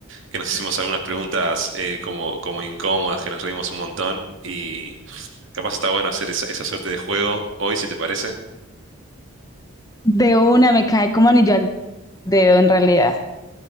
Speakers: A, on the right; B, on the left.
A: que nos hicimos algunas preguntas eh, como, como incómodas, que nos reímos un montón? Y capaz está bueno hacer esa, esa suerte de juego hoy, si te parece.
B: De una me cae como anillo al dedo en realidad,